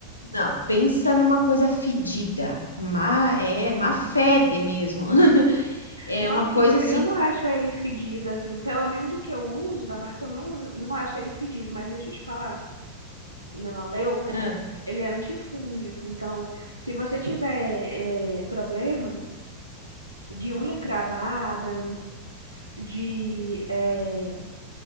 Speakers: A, on the left; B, on the right.
A: Não, pensa numa coisa fedida. Má, é, má fede mesmo. <laughs> É
B: Nossa,
A: uma coisa
B: amiga,
A: assim.
B: eu não acho ele fedido assim, pelo menos do que eu uso da marca, eu não, não acho ele fedido, mas deixa eu te falar, o melaleuca,
A: ah,
B: ele é antifúngico, então se você tiver eh, problema de unha cravada, de eh,